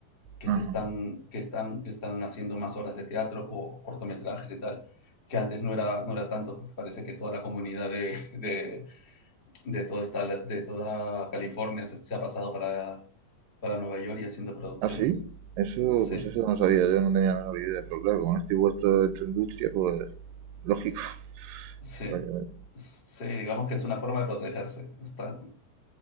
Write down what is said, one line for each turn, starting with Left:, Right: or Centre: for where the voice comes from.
Left: que
Right: Ajá.
Left: se están, que están, que están haciendo más obras de teatro o cortometrajes y tal, que antes no era, no era tanto, porque parece que toda la comunidad de, de, de, todo esta, de toda California se, se, ha pasado para, para Nueva York y haciendo producciones.
Right: ¿Ah, sí? Eso,
Left: Sí,
Right: pues eso no sabía, yo no tenía la menor idea, pero claro, como no estoy puesto en tu industria, pues lógico. <laughs>
Left: sí,
Right: Vale, vale.
Left: sí, digamos que es una forma de protegerse. Está-